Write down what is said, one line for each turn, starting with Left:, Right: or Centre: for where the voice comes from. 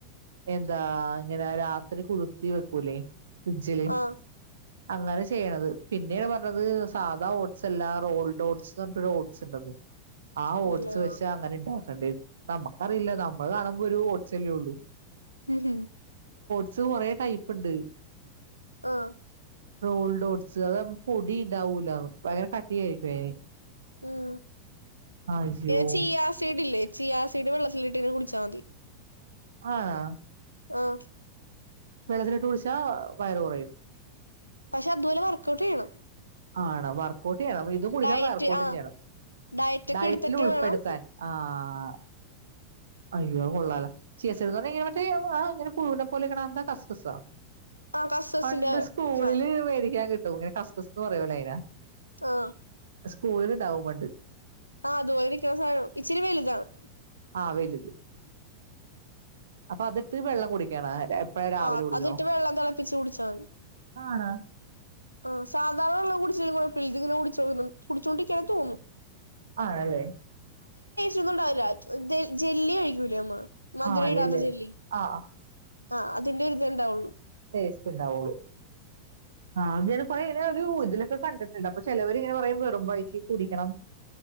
Right: എന്താ ഇങ്ങനെ രാത്രി കുതി വക്കൂല ഫ്രിഡ്ജില്.
Left: ആഹ്
Right: അങ്ങനെ ചെയ്യണത് പിന്നെയാണ് പറഞ്ഞത് സാധാ ഓട്സ് അല്ല റോൾഡ് ഓട്ട്സ് എന്ന് പറഞ്ഞിട്ടൊരു ഓട്സ് ഉണ്ടന്ന്. ആ
Left: ഉണ്ടല്ലോ
Right: ഓട്ട്സ് വെച്ച അങ്ങനെ ഇണ്ടാക്കണ്ടേ നമുക്കറിയില്ല നമ്മൾ കാണുമ്പോ ഒരു ഓട്ട്സ്ല്ലേ ഉള്ളു.
Left: ഉഹു.
Right: ട്സ് കൊറെ ടൈപ്പുണ്ട്.
Left: ആഹ്
Right: റോൾടൊട്സ് അത് പൊടി ഉണ്ടാവൂല. ഭയങ്കര കട്ടിയ ആായിരിക്കും. അന്
Left: ഉം
Right: അയ്യോ
Left: ഏച്ചീ ആസീഡില്ലേ. ചിയ ആ സീഡ് വെള്ളത്തിലിട്ടീ കുടിച്ചാ മതി.
Right: ആണ
Left: ആഹ്
Right: വെള്ളത്തിലിട്ട് കുടിച്ചാ വയറ് കൊറയും.
Left: പക്ഷെ അതുപോലെ വർക്കഔട്ട് ചെയ്യണം.
Right: ആണ് വർക്ക ഔട്ട് ചെയ്യണം. ഇതും കൂടിക്കണം.
Left: ഡയറ്റ്
Right: വർക്ക് ഔട്ട്
Left: ആഹ്
Right: ചെയ്യണം.
Left: ഡയറ്റ് ഒക്കെ
Right: ഡയറ്റില്
Left: എടുത്തിട്ട്
Right: ഉൾപ്പെടുത്താൻ
Left: വേണം
Right: ആഹ് അയ്യോ കൊള്ള ചേ പറഞ്ഞ ഇങ്ങനെ മറ്റേ ആ ഇങ്ങനെ പുഴവിെ പോലെക്കണ എന്താ കസ കസാ
Left: ആഹ് കസ്കസിന്റെ
Right: പണ്ട് സ്കൂളില്
Left: സാനം
Right: മേടിക്കാൻ കിട്ടും ഇങ്ങനെ കസ്റ്റസ്ന്ന് പറയലേ അയിന
Left: ആഹ
Right: സ്കൂളിണ്ടടൗമണ്ട്
Left: ആഹ് അ ദോരിക്ക സാധനം ഇച്ചിരി വേല ഇതാണ്
Right: ആ വലു അപ്പൊ അതിട്ട് വെള്ളം കുടിക്കണാ എപ്പഴാ രാവിലെ
Left: ആഹ്
Right: കുടിക്കണോ
Left: അതിട്ട് വെള്ളം തിളപ്പിച്ച് കുടിച്ചാ
Right: ആണ
Left: ആ സാധാരണള്ള കുടിച്ചിൽഡിങ്ങിനെ കു കുടിച്ചോൊണ്ടരിക്കാൻ തോന്നുന്നു
Right: ആണല്ലേ
Left: ൊന്നുംണ്ടാവില്ല ജെല്ലി അഴിക്കൂലേ അമ്മ മധുര
Right: ആ അതല്ലേ
Left: ഇടാത്ത ജെല്ലി
Right: ആ
Left: ആഹ് അതിന്റെ ഇതെണ്ടാവള്ളു
Right: േസ്റ്റ് ഉണ്ടാവുള്ളൂ ആ അ അപ്പ ഇങ്ങനെ ഒരു ൂതിലൊക്കെ കണ്ടിട്ടുണ്ട് അപ്പൊ ചിലവർ ഇങ്ങനെ പറയ വെറുമ്പോഴ കുടിക്കണം